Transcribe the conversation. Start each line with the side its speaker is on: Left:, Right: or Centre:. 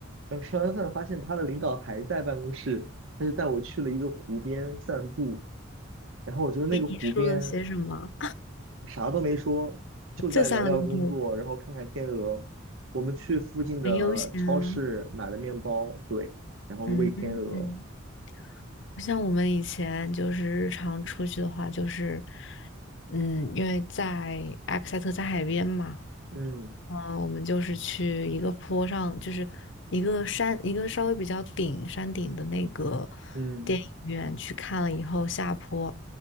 Right: 然后吃完饭发现他的领导还在办公室，他就带我去了一个湖边散步，然后我觉得那个湖边
Left: 给你说了些什么？
Right: 啥都没说，就在聊聊工作，
Left: <laughs> 就散了个步，
Right: 然后看看天鹅。我们去附近的超市买了面包，
Left: 很悠闲啊。
Right: 对，然后喂天鹅。
Left: 嗯嗯，不像我们以前就是日常出去的话，
Right: 嗯
Left: 就是，嗯，因为在埃克塞特在海边嘛，
Right: 嗯
Left: 嗯，我们就是去一个坡上，就是一个山，一个稍微比较顶山顶的那个
Right: 嗯
Left: 电影院去看了以后，下坡